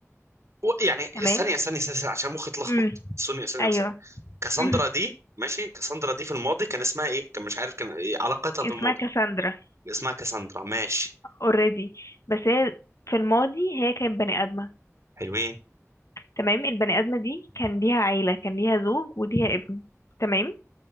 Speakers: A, on the right; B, on the left.
A: و- يعني ثانيه
B: تمام
A: ثانيه ثانيه ثانية، عشان مخي اتلخبط
B: امم
A: ثانيه ثانيه
B: ايوه
A: وثانيه كاساندرا
B: <laughs>
A: دي ماشي كاساندرا دي في الماضي كان اسمها ايه كان مش عارف كان إيه علاقتها
B: اسمها
A: في الماضي
B: كاساندرا
A: اسمها كاساندرا ماشي
B: اوريدي بس هي في الماضي هي كانت بني آدمة
A: حلوين
B: تمام البني آدمة دي كان ليها عيلة كان ليها زوج وليها ابن تمام